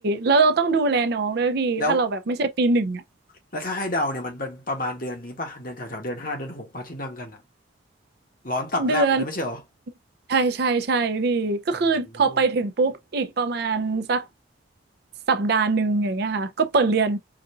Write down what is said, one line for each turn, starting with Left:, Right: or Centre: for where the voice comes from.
Right: แล้วเราต้องดูแลน้องด้วยพี่ถ้าเราแบบไม่ใช่ปีหนึ่งอะ
Left: แล้วแล้วถ้าให้เดาเนี่ยมันเป็นประมาณเดือนนี้ป่ะเดือนแถวแถวเดือนห้าเดือนหกป่ะที่นั่งกันอ่ะร้อนตับแลบเลยไม่ใช่เหรอ
Right: เดือนใช่ใช่ใช่พี่ก็คือพอไปถึงปุ๊บอีกประมาณสัก
Left: โอ้โห
Right: สัปดาห์หนึ่งอย่างเงี้ยค่ะก็เปิดเรียน